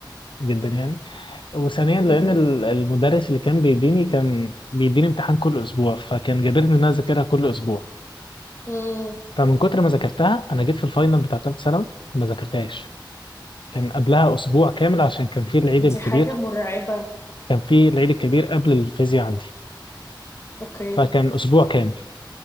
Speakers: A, on the left (about 85°); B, on the left (about 35°).
A: جدا يعني وثانيا لان
B: مه.
A: ال- المدرس اللي كان بيديني كان بيديني امتحان كل اسبوع فكان جابرني ان انا اذاكرها كل اسبوع
B: مم.
A: فمن كتر ما ذاكرتها انا جيت في الفاينل بتاع ثالث ثانوي ما ذاكرتهاش كان قبلها اسبوع كامل عشان كان في العيد الكبير
B: دي حاجة مرعبة
A: كان في العيد الكبير قبل الفيزياء عندي
B: أوكي
A: فكان اسبوع كامل